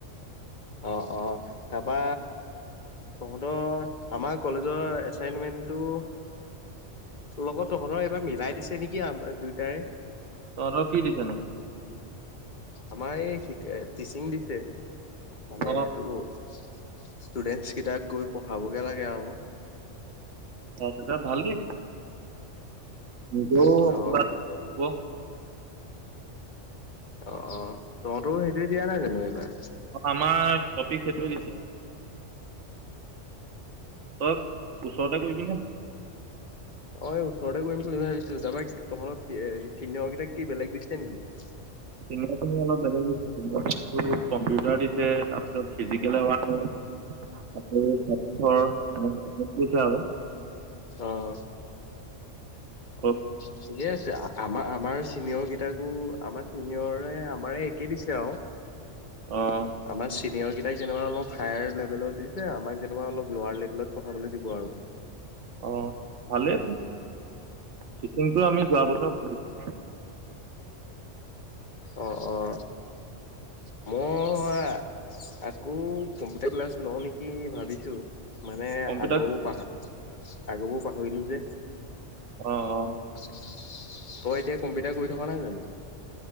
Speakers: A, on the left (about 45°); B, on the right (about 75°).
A: অ' অ' তাৰপা তহঁতৰ, আমাৰ কলেজৰ এচাইনমেন্টটো লগত তহঁতৰ এইবাৰ মিলাই দিছে নেকি আ দুয়টাৰে?
B: তহতৰ কি দিছে নো?
A: আমাৰ এই শিকে টিচিং দিছে, মানে
B: অ
A: এইটো- ষ্টুডেন্টচ গিটাক গৈ পঢ়াবগে লাগে আও।
B: অঁ' দাদা ভালনে, নিজেও
A: অ
B: ক'ব -
A: অঁ' অঁ' তহঁতৰো সেইটোৱে দিয়া নাই জানো এইবাৰ?
B: অঁ' আমাৰ টপিক সেইটোৱে দিছে। তই ওচৰতে কৰিবি নে?
A: অঁ' এই ওচৰতে কৰিম বুলি ভাবিছো, তাপা তহঁতৰ চিনিয়ৰ গিটাক কি বেলেগ দিছে নেকি?
B: চিনিঞৰ খিনিক অলপ বেলেগ দিছে, কম্পিউটাৰ দিছে, তাৰপিছত ফিজিকেল এৱাৰ্নেজ। আৰু <unintelligible> নোপোচাই আৰু।
A: অঁ'
B: অ'
A: ঠিকে আছে। আ- আমাৰ আমাৰ চিনিয়ৰ গিটাকো আমাৰ চিনিয়ৰে আমাৰে একে দিছে আৰু।
B: অঁ'
A: আমাৰ চিনিয়ৰ গেটাক যেনিবা অলপ হায়াৰ লেভেলত দিছে, আমাক যেনিবা অলপ লৌৱাৰ লেভেলত পঢ়াবলে দিব আৰু।
B: অঁ' ভালেই দে, তিছিংটো আমি যোৱা বছৰ কৰিছিলোঁ।
A: অ' অ' মই- আকৌ কম্পিউটাৰ ক্লাছ লওঁ নেকি ভাবিছো। মানে
B: কম্পিউটাৰ
A: আগবোৰ পাহ আগবোৰ পাহৰিলো যে।
B: অঁ' অঁ'।
A: তয় এতিয়া কম্পিউটাৰ কৰি থকা নাই জানো?